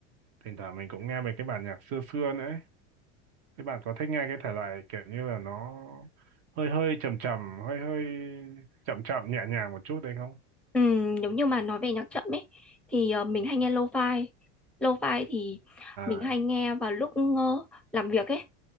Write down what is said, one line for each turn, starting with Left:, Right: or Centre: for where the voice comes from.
Right: Thỉnh thoảng mình cũng nghe mấy cái bản nhạc xưa xưa nữa ấy. Thế bạn có thích nghe cái thể loại kiểu như là nó hơi hơi trầm trầm, hơi hơi chậm chậm nhẹ nhàng một chút đấy không?
Centre: Ừm, giống như mà nói về nhạc chậm ấy thì ờ, mình hay nghe lo-fi. Lo-fi thì
Right: À,
Centre: mình hay nghe vào lúc ờ, làm việc ấy.